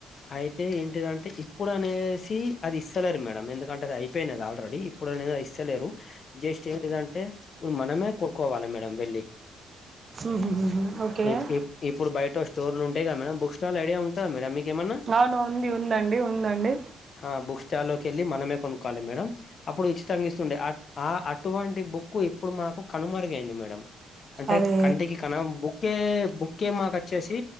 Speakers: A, on the left (about 50°); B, on the right (about 40°).
A: అయి తే ఏంటిదంటే ఇప్పుడు అనేసి అది ఇస్తలేరు మేడం ఎందుకంటే అది అయిపోయినది ఆల్రెడీ ఇప్పుడు అనేది ఇ స్తాలేరు జస్ట్ ఏంటిదంటే ఇప్పుడు మనమే కోనుకోవాలి మేడం వెళ్ళి
B: ఉహుహుహు ఓకే
A: ఇప్ ఇప్ ఇప్పుడు బయట స్టోర్లు ఉంటయి కదా మేడం బుక్ స్టాల్ ఐడియా ఉంటదా మేడం మీ కేమన్నా
B: అవును ఉంది ఉందండి ఉందండి
A: ఆ బుక్ స్టాల్లో కేళ్ళి మనమే కొనుక్కవాలి మేడం అప్పుడు ఉచితంగా ఇస్తుండే ఆ టువంటి బుక్కు ఇప్పుడు మాకు కనుమరుగయింది మేడం అంటే
B: అరే
A: కంటికి కన బుక్కే బుక్కే మాకు వచ్చేసి